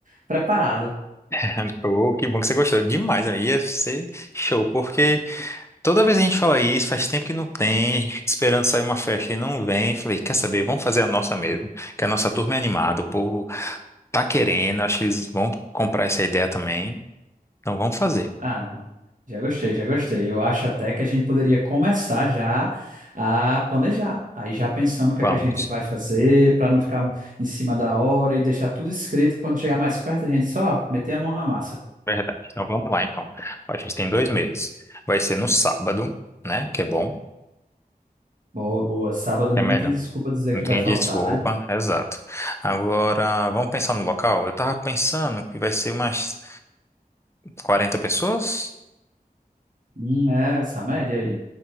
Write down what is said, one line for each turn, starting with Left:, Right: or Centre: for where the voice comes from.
Right: preparado.
Left: <laughs> Oh, que bom que você gostou. Demais, né? ia ser show, porque toda vez a gente fala isso, faz tempo que não tem, a gente fica esperando sair uma festa e não vem. Falei, quer saber? Vamos fazer a nossa mesmo, que a nossa turma é animada, o povo tá querendo, acho que eles vão comprar essa ideia também. Então vamos fazer.
Right: Ah, não. Já gostei, já gostei. Eu acho até que a gente poderia começar já a planejar. Aí já pensando o que
Left: Vamos.
Right: é que a gente vai fazer para não ficar em cima da hora e deixar tudo escrito. Quando chegar mais perto, a gente só meter a mão na massa.
Left: Verdade. Então vamos lá, então. A gente tem dois meses. Vai ser no sábado, né? Que é bom, que
Right: Boa, boa. Sábado ninguém
Left: é melhor.
Right: tem desculpa dizer
Left: Não
Right: que
Left: tem
Right: vai faltar,
Left: desculpa,
Right: né?
Left: exato. Agora, vamos pensar no local? Eu tava pensando que vai ser umas 40 pessoas,
Right: Hum, é essa média aí.